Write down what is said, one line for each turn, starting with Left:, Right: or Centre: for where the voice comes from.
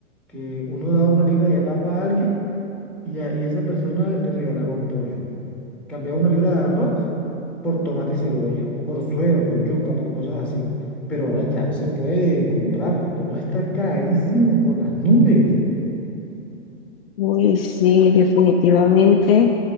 Centre: que uno daba una libra de papa a alguien y, a- y esa persona le regalaba un pollo. Cambiaba una libra de arroz por tomate y cebolla, por suero, por yuca, por cosas así. Pero ahora ya no se puede comprar, todo está carísimo por las nubes.
Left: Uy, sí, definitivamente